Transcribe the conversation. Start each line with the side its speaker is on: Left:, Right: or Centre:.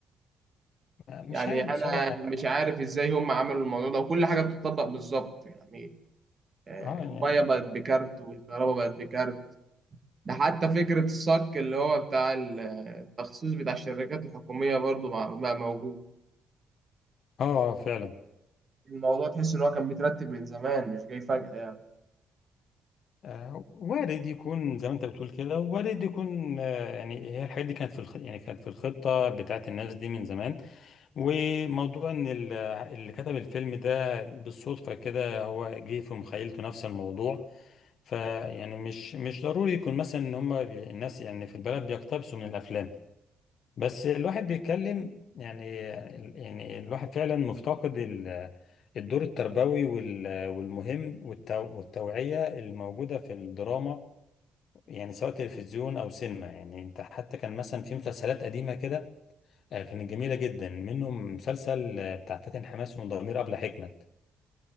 Left: مش
Right: يعني
Left: عارف بصراحة
Right: انا مش عارف ازاي هم عملوا الموضوع ده وكل حاجه بتطبق بالظبط يعني آه،
Left: اه يعني
Right: الميه بقت بكارت والكهرباء بقت بكارت ده حتى فكرة الصك اللي هو بتاع ال- التخصيص بتاع الشركات الحكومية برضو بقى بقى موجود
Left: اه فعلا
Right: الموضوع تحس إن هو كان مترتب من زمان مش جاي فجأة يعني
Left: آه، وارد يكون زي ما انت بتقول كده وارد يكون آه، يعني هي الحاجات دي كانت في الخ... يعني كانت في الخطة بتاعت الناس دي من زمان وموضوع ان ال- اللي كتب الفيلم ده بالصدفة كده هو جه في مخيلته نفس الموضوع فيعني مش مش ضروري يكون مثلا ان هم بي- الناس يعني في البلد بيقتبسوا من الافلام بس الواحد بيتكلم يعني يعني الواحد فعلا مفتقد ال- الدور التربوي وال- والمهم والتو- والتوعية الموجودة في الدراما يعني سواء تلفزيون أو سينما يعني أنت حتى كان مثلا في مسلسلات قديمة كده آه، كانت جميلة جدا منهم مسلسل آه، بتاع فاتن حماس وضمير أبلة حكمت